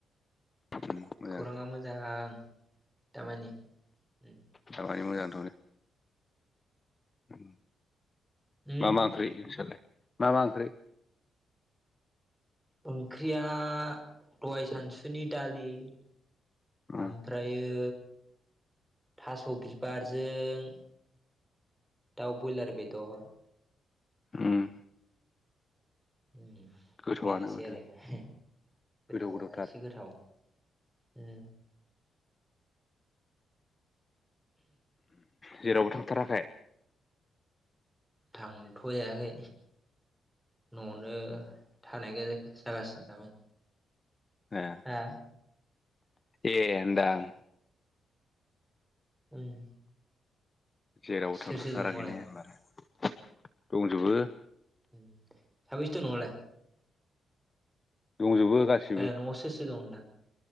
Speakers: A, on the left; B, in the centre.
A: उम मोजां
B: खौराङा मोजां। दामानि उम।
A: दामानि मोजांथ'नो उम
B: उम
A: मा मा ओंख्रि नोंस्रालाय मा मा ओंख्रि
B: ओंख्रिया दहाय सानसुनि दालि
A: उम
B: ओमफ्रायो थास' बिबारजों दाउ बयलार बेदर
A: उम
B: उम
A: गोथावआनो
B: बेनोसै
A: माथो
B: आरो हे गोथावा
A: गोदाव गोदावथार
B: एसे गोथाव उम
A: जेरावबो थांथाराखै
B: थांथ' जायाखै न'आवनो थानाय गाय जागासिनो दामानि
A: ए
B: हा
A: ए होनदां
B: उम
A: जेराव
B: सोर
A: थांथराखै
B: सोर दं न'आवलाय
A: ने होनबा दंजोबो
B: उम साबैसे दं नआवलाय
A: दंजोबो गासिबो
B: ओ नयाव सोर सोर दं होनदां